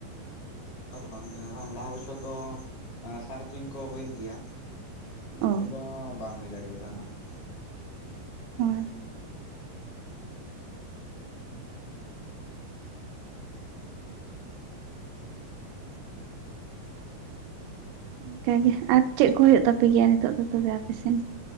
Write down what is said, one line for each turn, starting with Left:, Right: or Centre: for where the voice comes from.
Left: ᱚᱱᱠᱟ ᱫᱚ ᱵᱟᱝ ᱦᱩᱭᱩᱜ ᱠᱟᱱᱟ ᱞᱟᱦᱟ ᱵᱚᱪᱷᱚᱨ ᱫᱚ ᱥᱟᱨ ᱛᱩᱧ ᱠᱚᱼᱼ ᱦᱩᱭᱮᱱ ᱜᱮᱭᱟ ᱱᱤᱭᱟᱹ ᱵᱚᱪᱷᱚᱨ
Right: ᱚ
Left: ᱫᱚ ᱵᱟᱝ ᱦᱩᱭ ᱫᱟᱲᱮᱭᱟᱫᱟ ᱚᱱᱟ ᱠᱚᱫᱚ।
Right: ᱦᱳᱭ ᱚᱱᱠᱟᱜᱮ ᱟᱨ ᱪᱮᱫ ᱠᱚ ᱦᱩᱭᱩᱜ ᱛᱟᱯᱮ ᱜᱮᱭᱟ ᱱᱤᱛᱚᱜ ᱫᱚ ᱛᱚᱵᱮ ᱟᱯᱮᱥᱮᱱ?